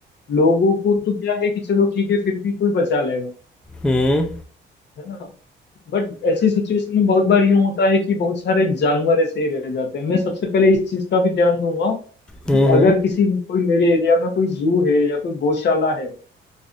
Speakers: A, on the left; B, in the centre.
A: लोगों को तो क्या है कि चलो ठीक है फिर भी कोई बचा लेगा
B: हम्म
A: है ना बट ऐसी सिचुएशन में बहुत बार यूं होता है कि बहुत सारे जानवर ऐसे ही रह जाते हैं मैं सबसे पहले इस चीज का भी ध्यान दूंगा
B: हम्म।
A: कि अगर
B: हम्म।
A: किसी कोई मेरे एरिया में कोई जू है या कोई गौशाला है